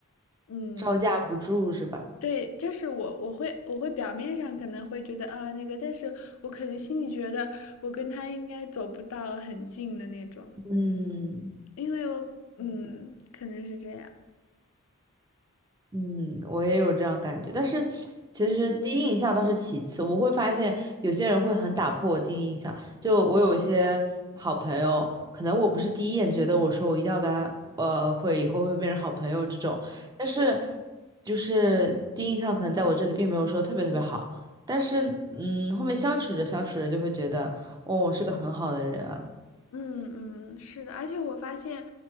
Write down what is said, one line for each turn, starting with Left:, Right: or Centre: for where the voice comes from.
Left: 嗯，
Right: 招架不住是吧？
Left: 对，就是我我会我会表面上可能会觉得啊那个，但是我可能心里觉得我跟她应该走不到很近的那种，
Right: 嗯。
Left: 因为我嗯，可能是这样。
Right: 嗯，我也有这样感觉，但是其实第一印象倒是其次。
Left: 嗯。
Right: 我会发现有些人会很打破我第一印象，就我有一些好朋友，可能我不是第一眼觉得我说我一定要跟他，呃，会以后会变成好朋友这种，但是就是第一印象可能在我这里并没有说特别特别好，但是嗯，后面相处着相处着就会觉得，哦，是个很好的人啊。
Left: 嗯嗯，是的，而且我发现，